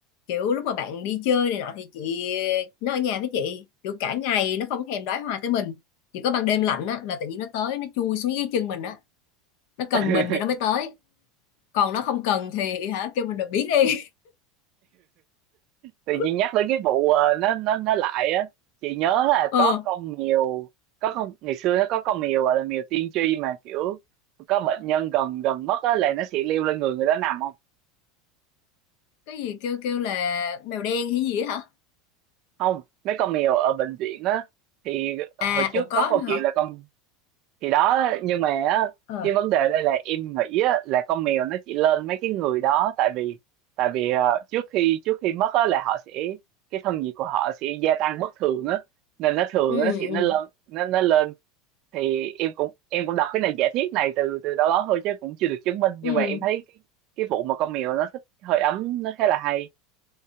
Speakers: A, on the left; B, on the right.
A: kiểu lúc mà bạn đi chơi này nọ thì chị nó ở nhà với chị kiểu cả ngày nó không thèm đói hoài tới mình chỉ có ban đêm lạnh á là tự nhiên nó tới nó chui xuống dưới chân mình á nó cần
B: <laughs>
A: mình thì nó mới tới còn nó không cần thì hả kêu mình là biến đi
B: tự
A: <laughs>
B: nhiên nhắc tới cái vụ ờ, nó nó nó lại á chị nhớ là
A: ờ
B: có con mèo có con ngày xưa nó có con mèo gọi là mèo tiên tri mà kiểu có bệnh nhân gần gần mất á là nó sẽ leo lên người người đó nằm không
A: cái gì kêu kêu là mèo đen hay gì á hả
B: không mấy con mèo ở bệnh viện á thì hồi
A: à
B: trước
A: ủa có
B: có câu
A: nữa
B: chuyện
A: hả
B: là con thì đó nhưng mà á,
A: Ờ,
B: cái vấn đề đây là em nghĩ á, là con mèo nó chỉ lên mấy cái người đó tại vì tại vì ờ, trước khi trước khi mất á, là họ sẽ cái thân nhiệt của họ sẽ gia tăng bất thường á nên nó thường
A: ừ
B: nó sẽ
A: ừ
B: nó lên nó nó lên thì em cũng em cũng đọc cái này giả thiết này từ từ đâu đó thôi chứ cũng chưa được chứng minh
A: ừ
B: nhưng mà em thấy cái, cái vụ mà con mèo nó thích hơi ấm nó khá là hay